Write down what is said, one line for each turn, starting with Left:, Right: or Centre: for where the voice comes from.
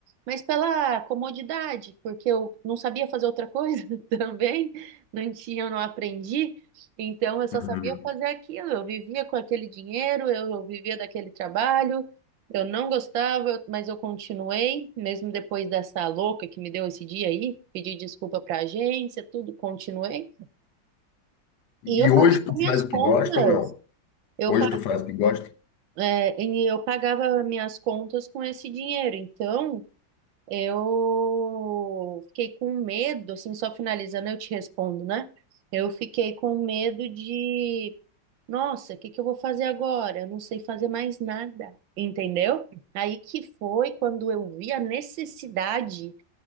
Right: Mas pela comodidade, porque eu não sabia fazer outra coisa <laughs> também, não tinha, eu não aprendi, então eu só
Left: uhum.
Right: sabia fazer aquilo. Eu vivia com aquele dinheiro, eu, eu vivia daquele trabalho, eu não gostava, eu- mas eu continuei, mesmo depois dessa louca que me deu esse dia aí, pedi desculpa pra agência, tudo, continuei.
Left: E
Right: E eu pagava
Left: hoje tu
Right: minhas
Left: faz
Right: contas.
Left: o que gosta ou não?
Right: Eu
Left: Hoje tu faz o que gosta?
Right: É, E eu pagava minhas contas com esse dinheiro, então eu fiquei com medo, assim, só finalizando, eu te respondo, né? Eu fiquei com medo de, nossa, o que que eu vou fazer agora? Eu não sei fazer mais nada, entendeu? Aí que foi quando eu vi a necessidade